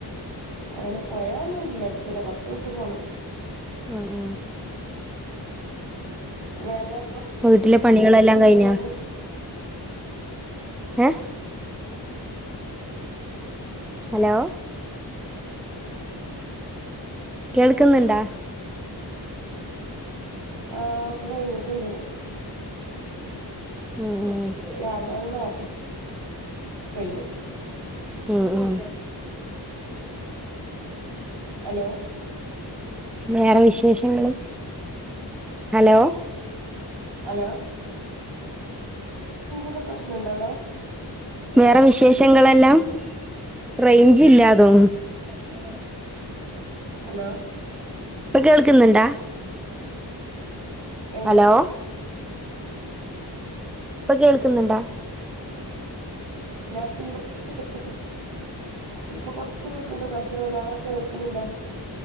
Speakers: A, on the right (about 80°); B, in the centre.
A: അങ്ങനെ പോയൊന്നുമല്ല അടു അല്ല കുറച്ച വിട്ട് പോകണം
B: ആഹ്
A: വേനലാ
B: ആഹ് വീട്ടിലെ പണികളെല്ലാം കഴിഞ്ഞാ
A: വെള്ളൊക്കെ
B: ഏ ഹലോ കേൾക്കുന്നുണ്ടാ
A: ആ ഒക്കെ കഴിഞ്ഞിട്ടുണ്ട്
B: ഉം ഉ
A: രാവിലെക നേരത്തെ കഴും
B: ഉം ഉം
A: ഹലോ
B: വേറെ വിശേഷങ്ങ ഹലോ
A: ഹലോ ഇചിന്റെ പ്രശ്നംുണ്ട് അവിടെ
B: വേറെ വിശേഷങ്ങളെല്ലാം റേഞ്ച് ഇല്ലാതോന്നുന്നു <unintelligible>
A: ഹലോ
B: ഇപ്പൊ കേൾക്കുന്നുണ്ടാ
A: എങ്ങനെ
B: ഹലോ ഇപ്പൊ കേൾക്കുന്നുണ്ടാ
A: <unintelligible> ഇപ്പൊ കൊറച്ച് കേൾക്കണ്ട് പക്ഷം വല്ലാതെെ കേൾക്കണില്ല